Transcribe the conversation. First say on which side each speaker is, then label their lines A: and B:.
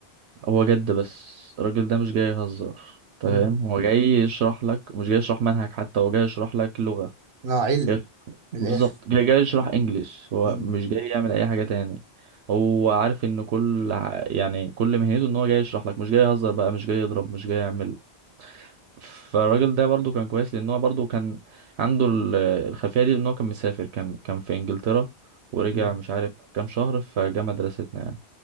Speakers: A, on the right; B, on the right.
A: هو جد بس الراجل ده مش جاي يهزر تمام
B: امم
A: هو جاي يشرح لك مش جاي يشرح منهج حتى هو جاي يشرح لك لغه
B: أنا علم
A: جاي...
B: من الآخر
A: بالظبط جاي جاي يشرح انجليش هو
B: امم
A: مش جاي يعمل اي حاجه تاني هو عارف ان كل ع- يعني كل مهنته ان هو جاي يشرح لك مش جاي يهزر بقى مش جاي يضرب مش جاي يعمل فالراجل ده برضو كان كويس لان هو برضو كان عنده ال- الخلفيه دي ان هو كان مسافر كان كان في انجلترا ورجع
B: امم
A: مش عارف كام شهر فجه مدرستنا يعني